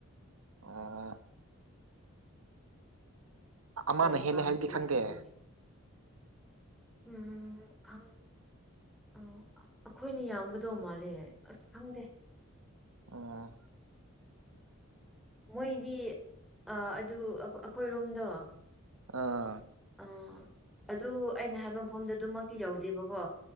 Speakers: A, on the right (about 80°); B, in the centre.
A: ꯑꯥ ꯑꯃꯅ
B: ꯂꯝꯀꯥꯡꯁꯨ
A: ꯍꯦꯜꯂꯤ ꯍꯥꯏꯕꯗꯤ ꯈꯪꯗꯦ
B: ꯌꯥꯝꯃꯦ ꯎꯝ ꯈꯪ ꯑ ꯑꯩꯈꯣꯏꯅ ꯌꯥꯝꯒꯗꯧ ꯃꯥꯜꯂꯦ ꯑꯁ ꯈꯪꯗꯦ
A: ꯑꯣ
B: ꯃꯣꯏꯗꯤ ꯑꯗꯨ ꯑꯩꯈꯣꯏꯔꯣꯝꯗꯣ
A: ꯑꯥ
B: ꯑ ꯑꯗꯨ ꯑꯩꯅ ꯍꯥꯏꯕ ꯃꯐꯝꯗ ꯑꯗꯨꯃꯛꯇꯤ ꯌꯎꯗꯦꯕꯀꯣ